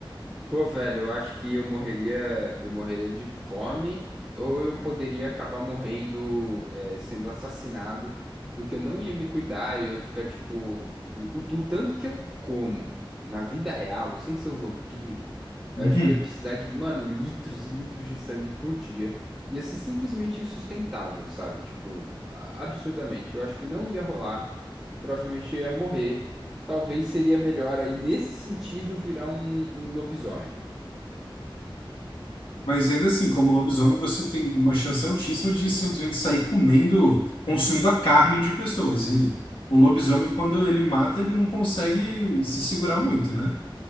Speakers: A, in the centre; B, on the left.
A: Pô, velho, eu acho que eu morreria, eu morreria de fome, ou eu poderia acabar morrendo, é, sendo assassinado, porque eu não ia me cuidar, eu ia ficar, tipo, o, o tanto que eu como na vida real, sem ser um vampiro,
B: Uhum.
A: eu acho que ia precisar de, mano, litros e litros de sangue por dia. Ia ser simplesmente insustentável, sabe? Tipo, a- absurdamente. Eu acho que não ia rolar. Provavelmente eu ia morrer. Talvez seria melhor aí, nesse sentido, virar um, um lobisomem.
B: Mas ainda assim, como lobisomem, você tem uma chance altíssima de simplesmente sair comendo, consumindo a carne de pessoas. E um lobisomem, quando ele mata, ele não consegue se segurar muito, né?